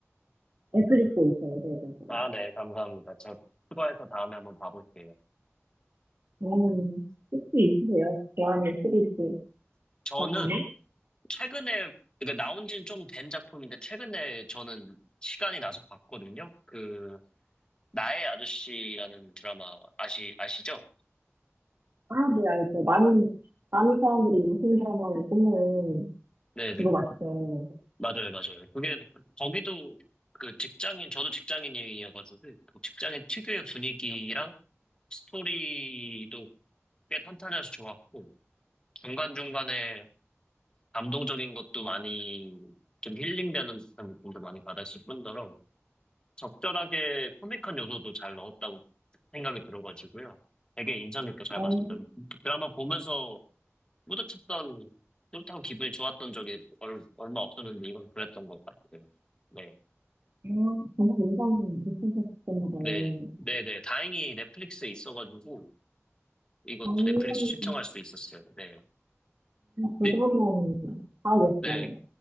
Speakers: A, on the right (about 50°); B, on the left (about 20°).
A: 넷플릭스에 있어요. 네, 맞아요.
B: 아, 네, 감사합니다. 저 추가해서 다음에 한번 봐볼게요.
A: 음, 혹시 있으세요? 좋아하는 시리즈
B: 저는
A: 드라마?
B: 최근에, 그러니까 나온 지는 좀 된 작품인데, 최근에 저는 시간이 나서 봤거든요. 그, 나의 아저씨라는 드라마 아시, 아시죠?
A: 아, 네, 알죠. 많은, 많은 사람들이 요즘 드라마를 보는
B: 네네.
A: 그거 맞죠?
B: 맞아요, 맞아요. 그게, 거기도 그 직장인, 저도 직장인이어가지고, 그 직장인 특유의 분위기랑 스토리도 꽤 탄탄해서 좋았고, 중간중간에 감동적인 것도 많이 좀 힐링되는 듯한 느낌도 많이 받았을 뿐더러 적절하게 코믹한 요소도 잘 넣었다고 생각이 들어가지고요. 되게 인상 깊게 잘
A: 음.
B: 봤습니다. 그 드라마 보면서 뿌듯했던, 뿌듯하고 기분이 좋았던 적이 얼, 마 없었는데 이건 그랬던 것 같아요. 네.
A: 아, 정말 인상 깊으셨었나 봐요.
B: 네. 네, 네. 다행히 넷플릭스에 있어가지고 이거
A: 저는
B: 넷플릭스 시청할 수 있었어요. 네.
A: 그거는
B: 네,
A: 봐야겠어요.
B: 네,